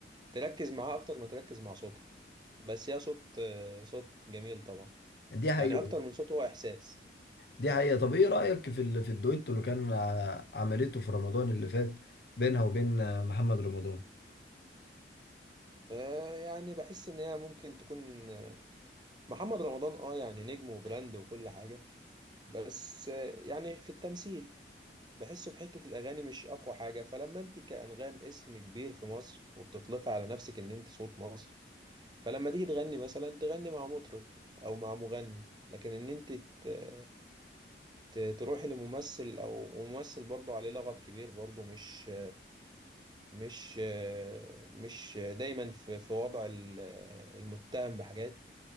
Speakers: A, on the right; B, on the left.
A: تركز معاه اكتر ما تركز مع صوتها بس هي صوت آه، صوت جميل طبعا
B: دي حقيقه
A: يعني اكتر من صوت هو احساس
B: دي حقيقه طب ايه رايك في ال... في الدويتو اللي كان ع- عملته في رمضان اللي فات بينها وبين محمد رمضان
A: آه يعني بحس ان هي ممكن تكون آه، محمد رمضان اه يعني نجم وبراند وكل حاجه بس آه يعني في التمثيل بحسه في حته الاغاني مش اقوى حاجه فلما انت كانغام اسم كبير في مصر وبتطلقي على نفسك ان انت صوت مصر فلما تيجي تغني مثلا تغني مع مطرب او مع مغني لكن ان انت ت- ت- تروحي لممثل او ممثل برضه عليه لغط كبير برضه مش مش مش دايما في في وضع ال- المتهم بحاجات